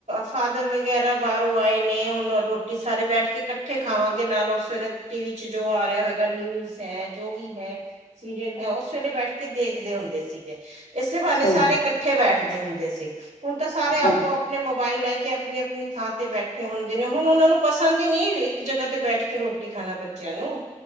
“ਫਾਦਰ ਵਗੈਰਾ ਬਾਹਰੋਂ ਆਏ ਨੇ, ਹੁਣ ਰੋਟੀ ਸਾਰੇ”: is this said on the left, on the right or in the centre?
Right